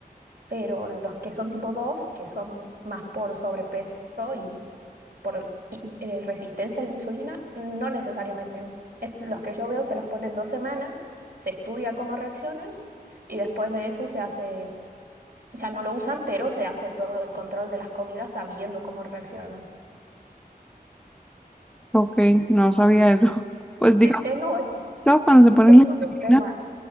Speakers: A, on the right (about 70°); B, in the centre.
A: pero los que son tipo 2, que son más por sobrepeso y por i- eh, resistencia a la insulina, no necesariamente. Es- Los que yo veo se los ponen dos semanas, se estudia cómo reaccionan y después de eso se hace, ya no lo usan, pero se hace todo el control de las comidas sabiendo cómo reaccionan.
B: Ok, no sabía eso. <laughs> Pues digamos,
A: Eh, no, es,
B: claro, cuando se ponen
A: es todo
B: las
A: un tema,
B: <laughs>